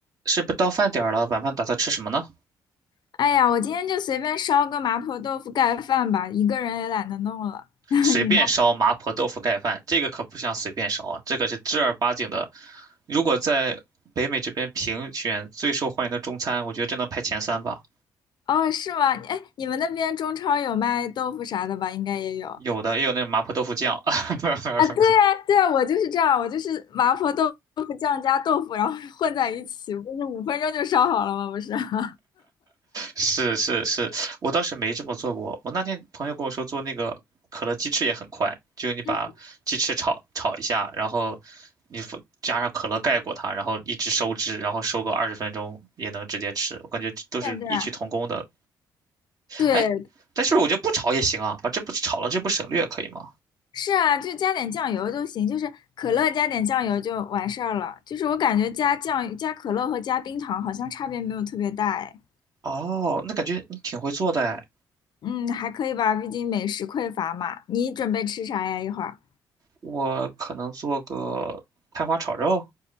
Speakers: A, on the right; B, on the left.
A: 是不是到饭点儿了？晚饭打算吃什么呢？
B: 哎呀，我今天就随便烧个麻婆豆腐盖饭吧，一个人也懒得弄了。<laughs>
A: 随便烧麻婆豆腐盖饭，
B: 你呢？
A: 这个可不像随便烧啊，这个是正儿八经的。如果在北美这边评选最受欢迎的中餐，我觉得这能排前三吧。
B: 哦，是吗？哎，你们那边中超有卖豆腐啥的吧？应该也有啊。
A: 有的也有那种麻婆豆腐酱，<laughs>
B: 对啊，对啊，我就是这样，我就是麻婆豆腐酱加豆腐，然后混在一起，不是五分钟就烧好了吗？不是。<laughs>
A: 是是是，我倒是没这么做过。我那天朋友跟我说，做那个可乐鸡翅也很快，就你把鸡翅炒炒一下，
B: 嗯，
A: 然后你放加上可乐盖过它，然后一直收汁，然后收个二十分钟也能直接吃。我感觉这都是异曲同工的。
B: 对啊对啊，对，
A: 哎，但是我觉得不炒也行啊，把这不炒了，这不省略可以吗？
B: 是啊，就加点酱油就行，就是可乐加点酱油就完事儿了。就是我感觉加酱、加可乐和加冰糖好像差别没有特别大，哎。
A: 哦，那感觉你挺会做的哎。
B: 嗯，还可以吧，毕竟美食匮乏嘛。你准备吃啥呀？一会儿
A: 我可能做个菜花炒肉，